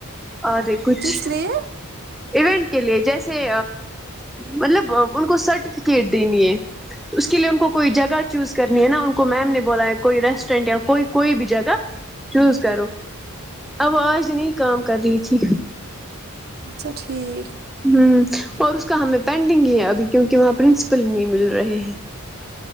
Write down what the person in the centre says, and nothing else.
اورے کچھ
ایونٹ کے لیے جیسے مطلب ان کو سرٹیف ٹکٹ دینی ہے اس کے لیے ان کو کوئی جگہ چوز کرنی ہے نا ان کو میم نے بولا ہے کوئی ریسٹورینٹ یا کوئی کوئی بھی جگہ چوز کرو اب آج نہیں کام کر رہی تھی
ہوں اور اس کا ہمیں پینڈنگ ہے ابھی کیونکہ وہاں پرنسپل نہیں مل رہے ہیں